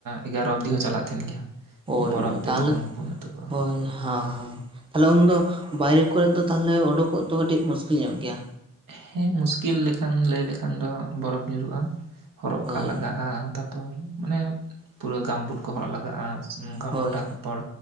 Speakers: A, on the right; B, on the right.
A: ᱮᱜᱟᱨᱚ ᱚᱵᱫᱤ ᱦᱚᱸ ᱪᱟᱞᱟᱜ ᱛᱟᱦᱮᱱ ᱜᱮᱭᱟ
B: ᱦᱚᱭ
A: ᱵᱚᱨᱚᱯᱷ
B: ᱦᱚᱭ
A: ᱛᱮ
B: ᱛᱟᱦᱚᱞᱮ
A: ᱛᱚᱠᱷᱚᱱ ᱫᱚ ᱯᱩᱨᱱᱚ ᱛᱚᱵᱟᱜᱼᱟ
B: ᱦᱚᱭ ᱦᱟᱸ ᱛᱟᱦᱚᱞᱮ ᱩᱱ ᱫᱚ ᱵᱟᱦᱨᱮ ᱠᱚᱨᱮ ᱫᱚ ᱛᱟᱦᱚᱞᱮ ᱚᱰᱚᱠᱚᱜ ᱫᱚ ᱠᱟᱹᱴᱤᱡ ᱢᱩᱥᱠᱤᱞ ᱧᱚᱜ ᱜᱮᱭᱟ᱾
A: ᱦᱮᱸ ᱢᱩᱥᱠᱤᱞ ᱞᱮᱠᱷᱟᱱ ᱞᱟᱹᱭ ᱞᱮᱠᱷᱟᱱ ᱫᱚ ᱵᱚᱨᱚᱯᱷ ᱧᱩᱨᱩᱜᱼᱟ ᱦᱚᱨᱚᱜ
B: ᱦᱳᱭ
A: ᱠᱟᱜ ᱞᱟᱜᱟᱜ ᱟ ᱛᱟᱯᱚᱨ ᱢᱟᱱᱮ ᱯᱩᱨᱟᱹ ᱜᱟᱢᱵᱩᱴ ᱠᱚ ᱦᱚᱨᱚᱜ ᱞᱟᱜᱟᱜᱼᱟ ᱱᱚᱝᱠᱟ
B: ᱦᱳᱭ
A: ᱢᱚᱴᱟ ᱠᱟᱯᱚᱲ